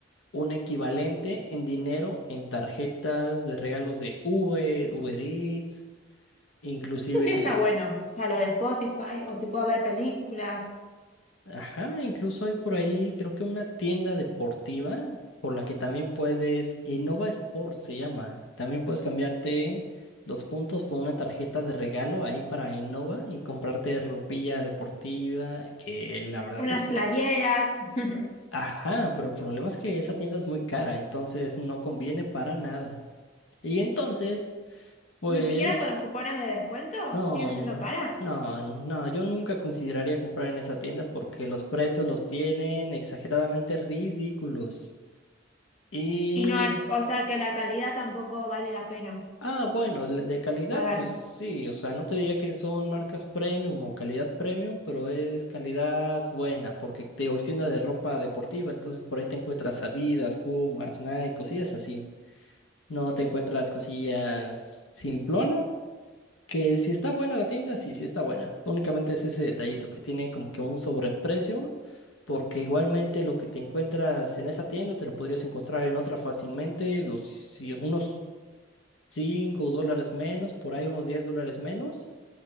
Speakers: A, on the left (about 75°); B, on the left (about 35°).
A: un equivalente en dinero en tarjetas de regalos de Uber, Uber Eats. Inclusive
B: Eso sí
A: te-
B: está bueno. O sea, lo de Spotify, o si puedo ver películas,
A: Ajá, incluso hay por ahí, creo que una tienda deportiva por la que también puedes, Innova Sports se llama, también puedes cambiarte los puntos por una tarjeta de regalo ahí para Innova y comprarte ropilla deportiva, que la verdad
B: unas
A: es que,
B: playeras. <laughs>
A: ajá, pero el problema es que esa tienda es muy cara, entonces no conviene para nada. Y entonces, pues...
B: Ni siquiera con los cupones de descuento
A: No,
B: sigue siendo
A: n-
B: cara.
A: no, no, yo nunca consideraría comprar en esa tienda porque los precios los tienen exageradamente ridículos. Y,
B: Y no
A: es-
B: es, o sea, que la calidad tampoco vale la pena
A: ah, bueno, le- de calidad,
B: pagar.
A: pues sí, o sea, no te diría que son marcas premium o calidad premium, pero es calidad buena porque te digo, es tienda de ropa deportiva, entonces por ahí te encuentras Adidas, Pumas, Nike, cosillas así. No te encuentras cosillas simplonas Que si está buena la tienda, sí, sí está buena. Únicamente es ese detallito que tiene como que un sobreprecio, porque igualmente lo que te encuentras en esa tienda te lo podrías encontrar en otra fácilmente, dos- si- unos 5 dólares menos, por ahí unos 10 dólares menos,